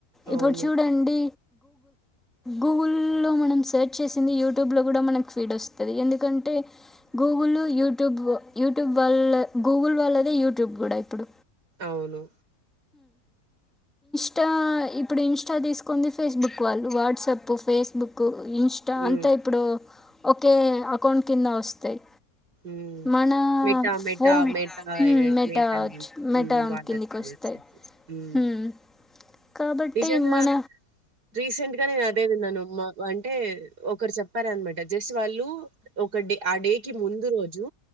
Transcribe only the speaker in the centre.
ఇప్పుడు చూడండి గూగుల్ లో మనం సెర్చ్ చేసింది యూట్యూబ్ లో కుడా మనకు ఫీడ్ వస్తది ఎందు ఎందుకంటే గూగుల్ యూట్యూబ్ యూట్యూబ్ వాల్ల గూగుల్ వాళ్ళదే యూట్యూబ్ కూడా ఇప్పుడు
ఇా ఇప్పుడు ఇంస్టా తీసుకుంది ఫేస్బుక్ వాళ్ళు వాట్సాప్ ఫేస్బుక్ ఇంస్టా
అంతా ఇప్పుడు ఒకే అకౌంట్ కింద వస్తాయి
మన
మెటా,
ఫోన్
హ్మ్. మెటా
మెటా ఇవన్నీ
ఒచ్చు మెటా. మెటా
కిందికొస్తాయి.
హ్మ్. కాబట్టి
మన